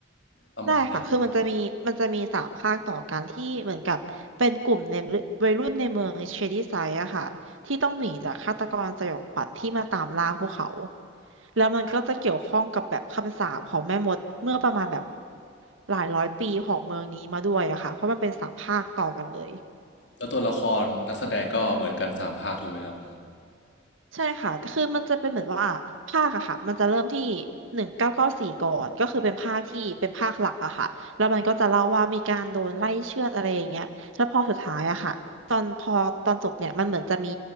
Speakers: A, on the left (about 60°); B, on the right (about 85°).
A: ประมาณไหน
B: ได้ค่ะคือมันจะมีมันจะมีสามภาคต่อกันที่เหมือนกับเป็นกลุ่มในวัยรุ่นในเมืองเชดี้ไซด์อะค่ะที่ต้องหนีจากฆาตกรสยองขวัญที่มาตามล่าพวกเขา แล้วมันก็จะเกี่ยวข้องกับแบบคำสาปของแม่มดเมื่อประมาณแบบหลายร้อยปีของเมืองนี้มาด้วยอะค่ะเพราะมันเป็นสามภาคต่อกันเลย
A: แล้วตัวละครนักแสดงก็เหมือนกันสามภาคถูกไหมครับ
B: ใช่ค่ะแต่คือมันจะเป็นเหมือนว่าภาคอะค่ะมันจะเริ่มที่หนึ่งเก้าเก้าสี่ก่อนก็คือเป็นภาคที่เป็นภาคหลักอะค่ะแล้วมันก็จะเล่าว่ามีการโดนไล่เชือดอะไรอย่างเงี้ยแล้วพอสุดท้ายอะค่ะตอนพอตอนจบเนี่ยมันเหมือนจะมี